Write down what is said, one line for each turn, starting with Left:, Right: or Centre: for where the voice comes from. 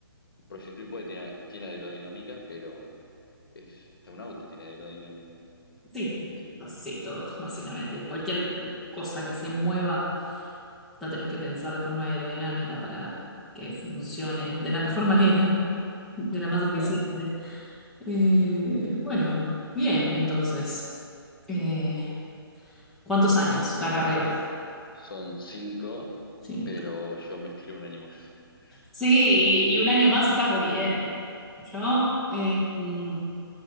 Left: El Project puede tiene, tiene aerodinámica, pero es hasta un auto tiene aerodinámica.
Centre: Sí,
Left: Eh,
Centre: sí, todo, básicamente. Cualquier cosa que se mueva, la tenés que pensar de forma aerodinámica para que funcione de la mejor manera, de la más eficiente.
Left: claro.
Centre: Eh,
Left: Y
Centre: bueno, bien, entonces. Eh, ¿cuántos años la carrera?
Left: son cinco,
Centre: Cinco.
Left: pero yo me estiro un año más.
Centre: Sí,
Left: <laughs> Pero,
Centre: y, y un año más estás re bien. Yo, eh,
Left: sí.
Centre: mm,